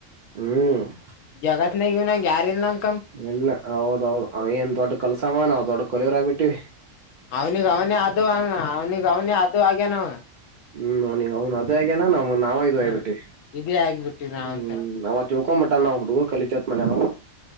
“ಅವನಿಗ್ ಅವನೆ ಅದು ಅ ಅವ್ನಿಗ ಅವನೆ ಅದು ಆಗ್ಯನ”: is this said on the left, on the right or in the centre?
Left